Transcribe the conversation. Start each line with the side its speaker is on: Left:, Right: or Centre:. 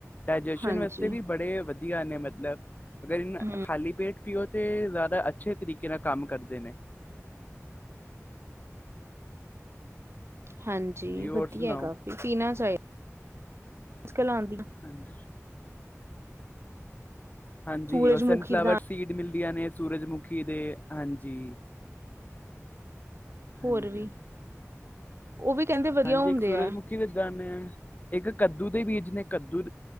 Left: ਡਾਇਜੈਸ਼ਨ
Right: ਹਾਂਜੀ
Left: ਵਾਸਤੇ ਵੀ ਬੜੇ ਵ ਨੇ ਮਤਲਬ ਅਗਰ ਨਿ
Right: ਹਮ
Left: ਖਾਲੀ ਪੇਟ ਪਿੳ ਤੇ ਜ਼ਿਆਦਾ ਅੱਛੇ ਤਰੀਕੇ ਨਾਲ ਕੰਮ ਕਰਦੇ ਨੇ
Right: ਹਾਂਜੀ
Left: ਹੋਰ
Right: ਵਦੀਆ
Left: ਸੁਣਾਓ
Right: ਐ ਕਾਫੀ ਪੀਨਾ ਚਾਹੀਦਾ ਮੁਛਕਿਲ ਆਉਂਦੀਆ
Left: ਹਾਂਜੀ। ਹਾਂਜੀ
Right: ਸੂਰਜਮੁਖੀ
Left: ਉਹ ਸਨਫਲਾਵਰ
Right: ਦਾਣੇ
Left: ਸੀਡ ਮਿਲਦੀਆਂ ਨੇ ਸੂਰਜਮੁਖੀ ਦੇ ਹਾਂਜੀ
Right: ਹੋਰ
Left: ਹਾਂਜੀ,
Right: ਵੀ
Left: ਹਾਂਜੀ।
Right: ਉਹ ਵੀ ਕਹਿੰਦੇ ਵਧੀਆ
Left: ਹਾਂਜੀ
Right: ਹੁੰਦੇ
Left: ਇੱਕ ਸੂਰਜਮੁਖੀ
Right: ਆ
Left: ਦੇ ਦਾਨੇ ਆ ਇੱਕ ਕੱਦੂ ਦੇ ਬੀਜ ਨੇ ਕੱਦੂ